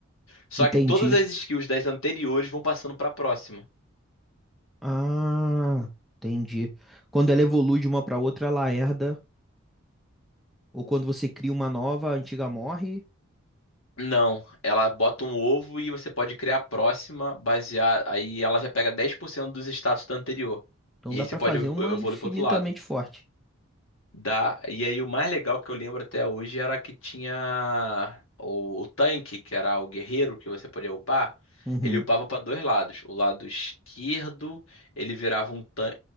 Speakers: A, on the left; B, in the centre.
A: Só
B: Entendi.
A: que todas as skills das anteriores vão passando para a próxima.
B: Ah, entendi. Quando ela evolui de uma pra outra, ela herda, ou quando você cria uma nova, a antiga morre.
A: Não, ela bota um ovo e você pode criar a próxima, basear. Aí ela já pega 10% dos status da anterior.
B: Então
A: E
B: dá
A: aí você
B: pra
A: pode
B: fazer
A: evo-
B: uma
A: evoluir
B: infinitamente
A: pro outro lado.
B: forte.
A: Dá. E aí o mais legal que eu lembro até hoje era que tinha o, o tanque, que era o guerreiro que você podia upar.
B: Uhum,
A: Ele upava para dois lados. O lado esquerdo ele virava um tan-